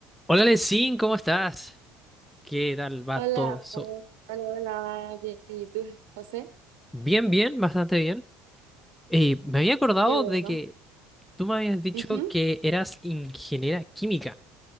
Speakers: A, in the centre; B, on the right.
A: Hola, Lesin, ¿cómo estás? ¿Qué tal va
B: Hola,
A: todo eso?
B: hola, hola, bien, ¿y tú, José?
A: Bien, bien, bastante bien. Eh, me había acordado
B: Qué bueno.
A: de que tú me habías dicho
B: Ujú.
A: que eras ingeniera química